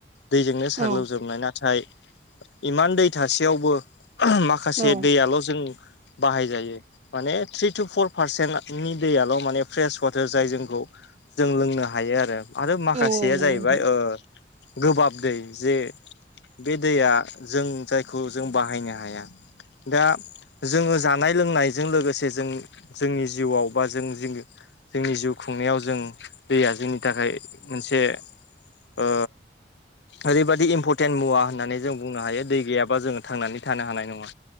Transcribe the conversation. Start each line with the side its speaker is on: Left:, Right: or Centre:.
Left: दैजोंनो साग्लोबजोबनाय
Right: औ
Left: नाथाय इमान दै थासेयावबो माखासे
Right: औ
Left: दैयाल' जों बाहायजायो माने थ्रि टु फर पारसेन्टनि दैयाल' माने फ्रेस वाटार जाय जोंखौ जों लोंनो हायो आरो। आरो माखासेया
Right: औ नंगौ
Left: जाहैबाय
Right: नोंथां
Left: गोबाब दै जे बे दैया जों जायखौ जों बाहायनो हाया दा जोङो जानाय लोंनायजों लोगोसे जों जोंनि जिउआव बा जों जोंनि जिउ खुंनायाव जों दैया जोंनि थाखाय मोनसे ओ ओरैबाददि इम्परटेन्ट मुवा होननानै जों बुंनो हायो दै गैयाबा जोङो थांनानै थानो हानाय नङा